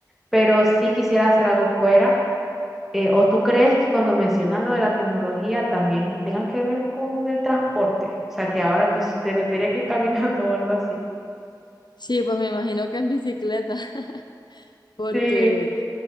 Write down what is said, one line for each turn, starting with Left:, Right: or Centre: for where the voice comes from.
Centre: pero sí quisiera hacer algo fuera eh, ¿o tú crees que cuando mencionan lo de la tecnología también tenga que ver con el transporte? O sea, que ahora que s- tengo- tendría que ir caminando <laughs> o algo así.
Left: Sí, pues me imagino que en bicicleta, <laughs> porque
Centre: Sí,